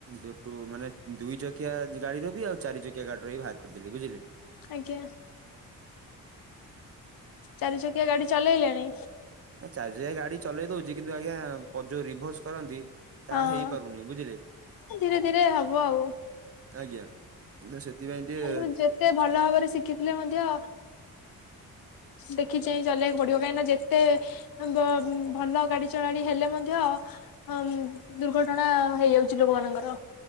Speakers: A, on the right; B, on the left.
A: ଦୁଟୁ ମାନେ ଦୁଇ ଚକିଆ ଗାଡିର ବି ଆଉ ଚାରି ଚକିଆ ଗାଡିର ବି ଭାର କରିଦେବି ବୁଝିଲେ
B: ଆଜ୍ଞା। ଚାରି ଚକିଆ ଗାଡି ଚଲେଇଲେଣି?
A: ଏ ଚାରି ଚକିଆ ଗାଡି ଚଲେଇ ଦଉଛି, କିନ୍ତୁ ଆଜ୍ଞା ପ ଯୋଉ ରିଭର୍ସ କରନ୍ତି ତାହା
B: ହଁ
A: ହେଇପାରୁନି। ବୁଝିଲେ।
B: ଧୀରେ ଧୀରେ ହବ ଆଉ
A: ଆଜ୍ଞା। ନା ସେଥିପାଇଁ ଟିକେ
B: ମୁଁ ଯେତେ ଭଲ ଭାବରେ ଶିଖିଥିଲେ ମଧ୍ୟ ଅ ଦେଖି ଚାହିଁ ଚଲେଇବାକୁ ପଡିବ, କାହିଁକି ନା ଯେତେ ବ ଭଲ ଗାଡି ଚଳାଳି ହେଲେ ମଧ୍ୟ ଅଁ ଦୁର୍ଘଟଣା ହେଇଯାଉଛି ଲୋକମାନଙ୍କର।